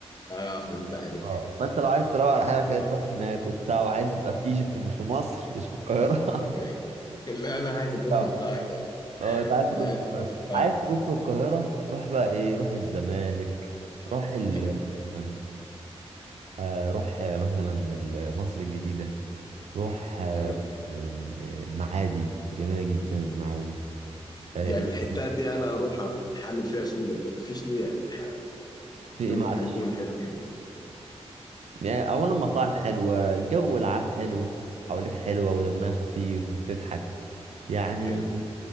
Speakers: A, on the left; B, on the right.
A: آه فهمت عليك
B: اه فانت لو عايز تروق على حالك ايه تروح هناك وبتاع وعايز تبقى في ايجيبت مش في مصر مش في القاهره
A: أوكي <laughs> لا أنا عايز أكون
B: <laughs>
A: في القاهرة يا.
B: اه انت عايز تكون
A: أنا عايز
B: في
A: أكون
B: القاهرة
A: في القاهرة
B: عايز تكون في القاهرة روح بقى ايه روح الزمالك روح ال
A: حلو
B: آم، آه، روح آه، مثلا ال- مصر الجديدة روح آه،
A: حلو
B: آم، آه، المعادي جميلة جدا المعادي آه،
A: يعني
B: ايه
A: الحتات
B: تاني؟
A: دي انا اروح حامل فيها شنو بالضبط في شنو يعني ح...
B: في ايه
A: اللي ممكن
B: معلش
A: يكون حلو كده
B: يعني اولا مطاعم حلوة الجو العام حلو
A: حلو
B: الناس حواليك حلوة ودمها خفيف وبتضحك يعني
A: حلو